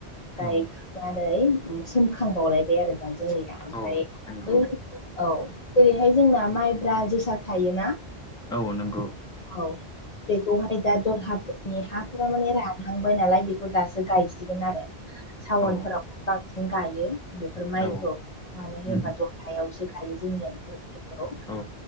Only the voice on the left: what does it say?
गायखांनानै
सोमखांबावलायबाय आरो दा जोंनिया ओमफाय
बै औ जेरैहाय जोंना माइब्रा, जोसा थायोना
औ बेखौहाय दा दलहाफोरनि हाफोरा माने रानहांबाय नालाय बेखौ दासो गायसिगोन आरो। सावनफोराव
बांसिन गायो बेफोर माइखौ।
मानो होनोबा
दलहायावसो गायो जोंनिया बेफोर माइखौ